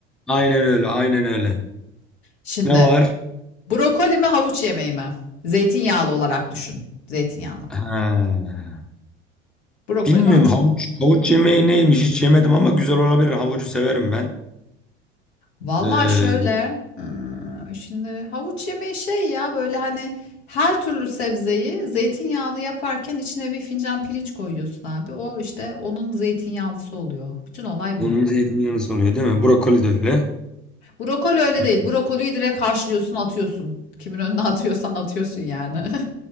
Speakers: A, in the centre; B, on the left.
A: Aynen öyle, aynen öyle.
B: Şimdi
A: Ne var?
B: brokoli mi havuç yemeği mi? Zeytinyağlı olarak düşün. Zeytinyağlı.
A: Ha.
B: Brokoli
A: Bilmiyorum
B: mi havuç
A: havuç, havuç yemeği neymiş hiç yemedim ama güzel olabilir. Havucu severim ben.
B: Vallahi
A: Ee,
B: şöyle, ıı, şimdi havuç yemeği şey ya böyle hani her türlü sebzeyi zeytinyağlı yaparken içine bir fincan pirinç koyuyorsun abi. O işte onun zeytinyağlısı oluyor. Bütün olay
A: bunun
B: bu.
A: zeytinyağlısı oluyor değil mi? Brokoli de öyle.
B: Brokoli öyle
A: Hı.
B: değil. Brokoliyi direkt haşlıyorsun, atıyorsun. Kimin önüne <laughs> atıyorsan atıyorsun yani. <laughs>